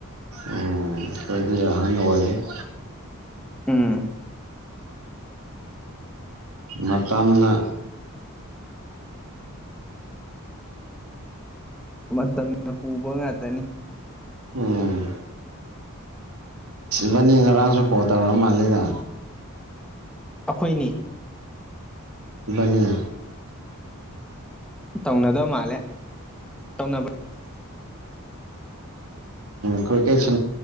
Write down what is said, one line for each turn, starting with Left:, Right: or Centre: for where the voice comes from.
Right: ꯎꯝ ꯀꯗꯒꯤ ꯑꯍꯅ ꯑꯣꯏꯣꯏ <inaudible>
Centre: ꯎꯝ
Right: ꯃꯇꯝꯄꯥꯝꯅ
Centre: ꯃꯇꯝꯅ ꯄꯨꯕ ꯉꯥꯛꯇꯅꯤ
Right: ꯎꯝ ꯕꯅꯤ ꯉꯔꯥꯡꯁꯨ ꯀꯣ ꯇꯔ ꯃꯥꯜꯂꯤꯗ
Centre: ꯑꯩꯈꯣꯏꯅꯤ
Right: ꯅꯤꯌꯥ
Centre: ꯇꯧꯅꯗꯕ ꯃꯥꯜꯂꯦ ꯇꯧꯅꯕ
Right: ꯀ꯭ꯔꯀꯦ ꯁ